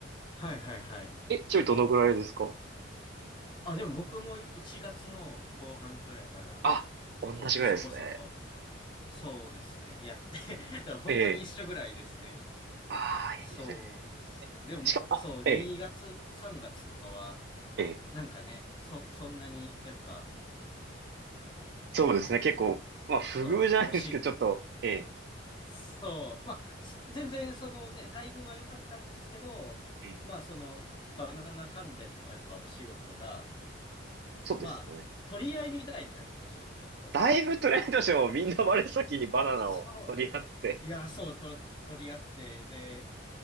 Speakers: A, on the left; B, on the right.
A: はいはいはい。
B: え、ちなみにどのぐらいですか
A: あ、でも僕も1月の後半ぐらいから、
B: あ、同じぐらいですね。
A: こう、細々と、そうですね。やって、だから本当に一緒ぐらいですね。
B: ええ。ああ、
A: そうですね。
B: いや、いいですね。
A: でも、
B: しかも、
A: そう、
B: あ、ええ、
A: 2月、3月とかは、
B: ええ。
A: なんかね、そ、そんなに、やっぱ、
B: そうですね。
A: な、なんですかね。
B: 結構、まあ、不遇じゃないですけど、
A: そう、おし、
B: ちょっと、ええ、
A: そう。まあ、す全然そのね、待遇は良かったんですけど、
B: ええ。
A: まあそのバナナ関連のやっぱお仕事が、
B: そうですよね。
A: まあ取り合いみたいになってましたね、ちょっと。
B: だいぶトレンドしてもみんな真っ先にバナナを取り合って、
A: そう。いや、そう、と、取り合って、で、